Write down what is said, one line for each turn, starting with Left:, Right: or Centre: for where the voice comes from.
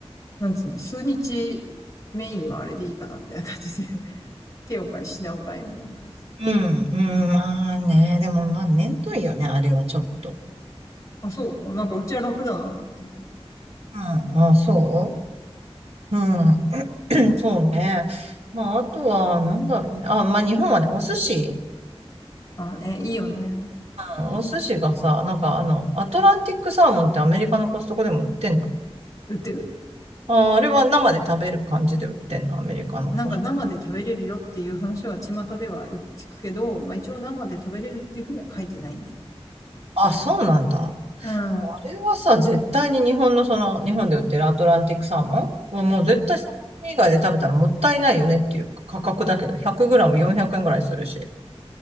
Left: なんつうの、数日メインはあれでいいかな、みたいな感じで。<laughs> 手を変え、品を変え、みたいな感じで。
Right: うん、うん、まあね、でもまあ、めんどいよね、あれはちょっと。
Left: あ、そう。なんかうちは楽だなと思ってるけど。
Right: うん、あ、そううん、<clears throat> そうね。まあ、あとは、なんだろうね。あ、まあ、日本はね、お寿司、
Left: ああね、いいよね。
Right: うんお寿司がさ、なんかあの、アトランティックサーモンってアメリカのコストコでも売ってんの
Left: 売ってる。
Right: あ、あれは生で食べる感じで売ってんの、アメリカのコストコ。
Left: なんか生で食べれるよっていう話は巷ではよく聞くけど、まあ一応生で食べれるっていうふうには書いてないね。
Right: あ、そうなんだ。
Left: うん。
Right: あれはさ、
Left: うん。
Right: 絶対に日本のその、日本で売ってるアトランティックサーモンはもう絶対サーモン以外で食べたらもったいないよねっていう価格だけど、100グラム400円ぐらいするし。